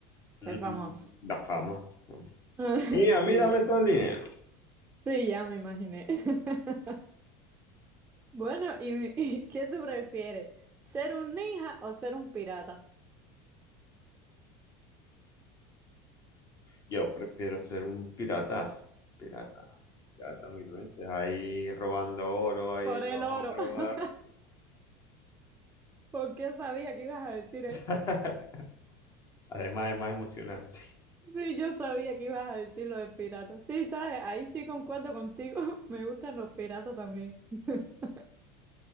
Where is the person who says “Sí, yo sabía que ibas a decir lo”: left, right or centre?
Right